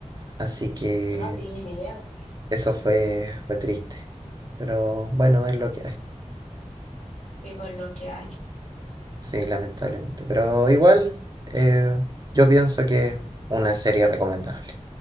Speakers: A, on the right; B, on the left.
A: Así que
B: yo no tenía idea.
A: eso fue, fue triste. Pero bueno, es lo que hay.
B: Sí, por lo que hay.
A: Sí, lamentablemente. Pero igual, eh, yo pienso que es una serie recomendable.